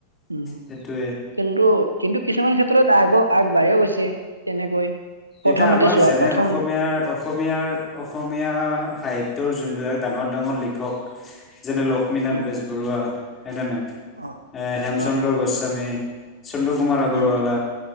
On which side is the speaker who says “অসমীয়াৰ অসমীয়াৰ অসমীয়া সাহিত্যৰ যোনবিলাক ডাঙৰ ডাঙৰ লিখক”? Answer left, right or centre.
Left